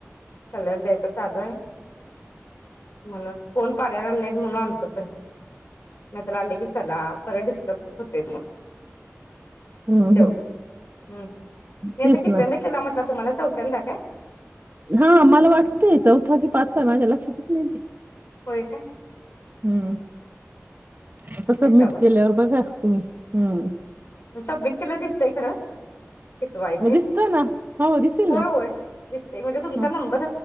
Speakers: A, on the left; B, on the right.
A: कलर द्यायचा चालू आहे म्हणून कोण पाड्या रा आ नाहीत म्हणून आमचं पण नाहीतर आले की चला पर डिस्टर्ब होते मग
B: हम्म
A: तेवढं हम मी आता
B: तेच
A: कितवेंदा
B: ना
A: केला म्हटला तुम्हाला? त चौथ्यांदा का?
B: हा मला वाटतय चौथं कि पाचवा माझ्या लक्षातच नाही ते
A: होय का?
B: हम्म आता सबमिट
A: त्याच्यावर
B: केल्यावर बघा तुम्ही हम्म
A: सबमिट केलं दिसतंय खरं कितवा
B: मग
A: ते
B: दिसत ना हो दिसेल
A: होय
B: ना.
A: होय दिसते म्हणजे तुमचा
B: ह
A: नंबर